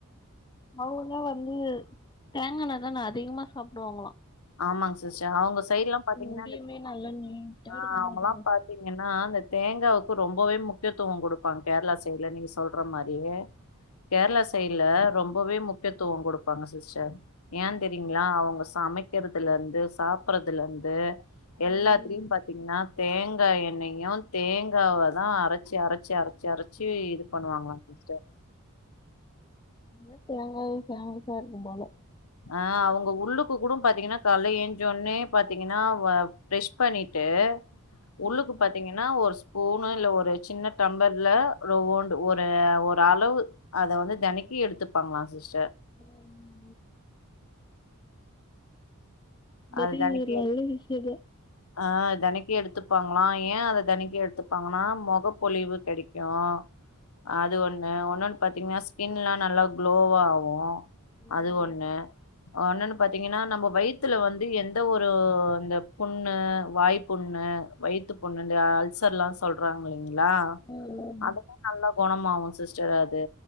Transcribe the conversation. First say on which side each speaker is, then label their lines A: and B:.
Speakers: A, on the left; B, on the left.
A: அவுங்க வந்து தேங்கா எண்ணெ தான் னா அதிகமா சாப்பிடுவாங்களாம்
B: ஆமாங்க சிஸ்டர் அவுங்க சைட் எல்லாம் பாத்தீங்கன்னா
A: முடியுமே நல்லா நீட்டா
B: ஆஹ்
A: இருக்கு
B: அவுங்கல்லாம்
A: பாத்துங்க
B: பாத்தீங்கன்னா அந்த தேங்க் தேங்காய்க்கு ரொம்பவே முக்கியத்துவம் குடுப்பாங்க கேரளா சைடுல நீங்க சொல்ற மாதிரியே கேரளா சைடுல ரொம்பவே முக்கியத்துவம் கொடுப்பாங்க சிஸ்டர் ஏன் தெரியுங்களா அவுங்க சமைக் சமைக்கிறதுல இருந்து சாப்ட்றதுல இருந்து எல்லாத்துளையும்
A: ம்
B: பாத்தீங்கன்னா தேங்காய் எண்ணெயும் தேங்காவ தான் அரைச்சு அரைச்சு அரைச்சு அரைச்சு ச்சு இது பண்ணுவாங்களாம் சிஸ்டர்
A: அதனால தேங்காவும் ஃபேமஸா இருக்கும் போல
B: ஆஹ் அவுங்க உள்ளுக்கு கூட பாத்தீங்கன்னா காலைல எந்திச்ச உடனே பாத்தீங்கன்னா ப்ரஷ் பண்ணிட்டு ஆ உள்ளுக்கு
A: ம்.
B: பாத்தீங்கன்னா ஒரு ஸ்பூ ஸ்பூனு இல்ல ஒரு சின்ன டம்லர்ல ஒரு ஒரு அளவு அத வந்து தனக்கு கி எடுத்துப்பாங்களாம் சிஸ்டர்
A: ஹம் பெரிய
B: அது தினக்கி
A: ஒரு நல்ல விஷயந்தா
B: ஆஹ் தினக்கி எடுத்துப்பா லாம் ஏன் அத தினக்கி எடுத்துப்பாங்கன்னா முகப்பொலிவு கிடைக்கும் அது ஒண்ணு ஒன்னுன்னு பாத்தீங்கன்னா ஸ்கின்லா நல்லா க்ளோவாகும்
A: ம்
B: அது ஒண்ணு ஒன்னன்னு பாத்தீங்கன்னா நம்ம வயி யித்துல வந்து எந்த ஒரு அந்த புண்ணு வாய்புண்ணு வயித்து புண்ணு இந்த அல்ச சர் லா சொல்ராங்க இல்லைங்களா
A: ம்
B: அததான் நல்லா குணமாகும் சிஸ்டர் அது